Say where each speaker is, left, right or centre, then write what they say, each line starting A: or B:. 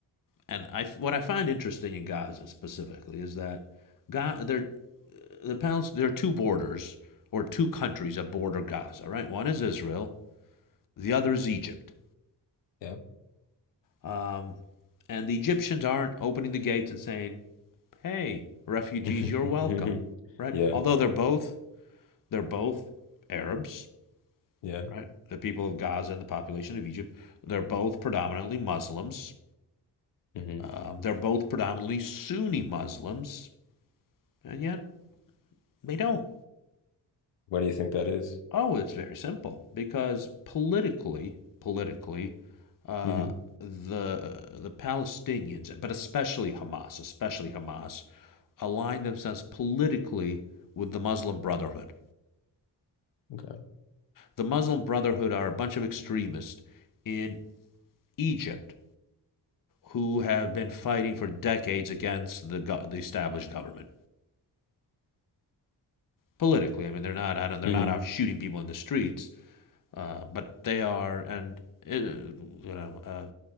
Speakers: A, on the left (about 45°); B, on the left (about 75°).
A: and I what I find interesting in Gaza specifically is that Ga there the Palest there are two borders or two countries that border Gaza, right? One is Israel, the other is Egypt.
B: Yeah.
A: Um, and the Egyptians aren't opening the gates and saying, "Hey, refugees,
B: <laughs>
A: you're welcome," right?
B: Yeah.
A: Although they're both they're both Arabs,
B: Yeah.
A: right? The people of Gaza and the population of Egypt, they're both predominantly Muslims.
B: hmm
A: Um, they're both predominantly Sunni Muslims, and yet they don't.
B: What do you think that is?
A: Oh, it's very simple because politically, politically, uh,
B: Mhm.
A: the uh, the Palestinians, but especially Hamas, especially Hamas, align themselves politically with the Muslim Brotherhood.
B: Okay.
A: The Muslim Brotherhood are a bunch of extremists in Egypt who have been fighting for decades against the go- the established government politically. I mean, they're not out they're
B: hmm
A: not out shooting people in the streets, uh, but they are and uh, you know Uh,